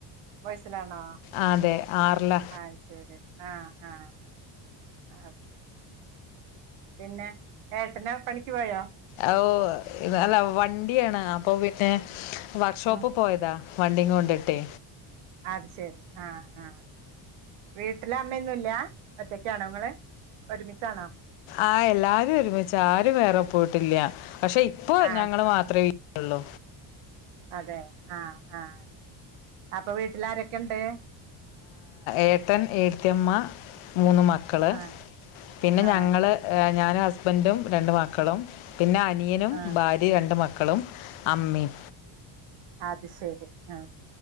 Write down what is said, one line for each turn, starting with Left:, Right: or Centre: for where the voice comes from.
Right: ബോയ്സിലാണോ
Left: ആ അതെ ആറില
Right: ആ ശരി ആഹ ആഹ പിന്നെ ഏട്ടനെ പണിക്ക് പോയോ
Left: ആ ഓ വണ്ടിയാണ് അപ്പൊ പിന്നെ വർക്ക് ഷോപ്പ്
Right: ഉം
Left: പോയതാ വണ്ടിങ്ങോണ്ടിട്ടെ
Right: അത് ശെരി ആഹ ആഹ വീട്ടില് അമ്മയൊന്നും ഇല്ല ഒറ്റയ്ക്ക് ആണോ നിങ്ങള് ഒരുമിച്ച ആണോ
Left: ആഹ എല്ലാരും ഒരുമിച്ച ആരും വേറെ പോയിട്ടില്ല പക്ഷെ ഇപ്പൊ
Right: ആഹ്
Left: ഞങ്ങള് മാത്രയി ഉള്ളു
Right: അതെ ആഹ ആഹ അപ്പൊ വീട്ടിൽ ആരൊക്കെ ഇണ്ട്
Left: ഏട്ടൻ ഏട്ടത്തിയമ്മ മൂന്ന് മക്കള്
Right: ആഹ്
Left: പിന്നെ
Right: ആഹ്
Left: ഞങ്ങള് ഏ ഞാനും ഹസ്ബൻഡും രണ്ട് മക്കളും പിന്നെ അനിയനും
Right: ആഹ്
Left: ഭാര്യ ടി രണ്ട് മക്കളും അമ്മേം
Right: അത് ശെരി ആ